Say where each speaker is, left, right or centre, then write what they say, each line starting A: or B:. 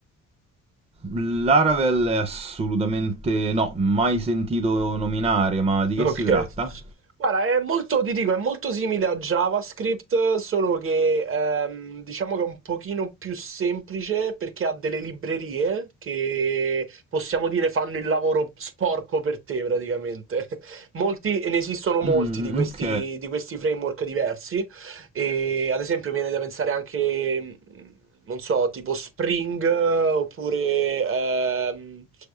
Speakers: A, on the right; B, on the right.
A: Laravel è assolutamente no, mai sentito nominare, ma di
B: Okay.
A: che si tratta?
B: Guarda, è molto, ti dico, è molto simile a JavaScript, solo che ehm, diciamo che è un pochino più semplice perché ha delle librerie che possiamo dire fanno il lavoro sporco per te praticamente. <laughs> Molti, e ne esistono molti
A: Mm,
B: di questi,
A: ok,
B: di questi framework diversi. E, ad esempio, viene da pensare anche, mh, non so, tipo Spring eh, oppure... ehm,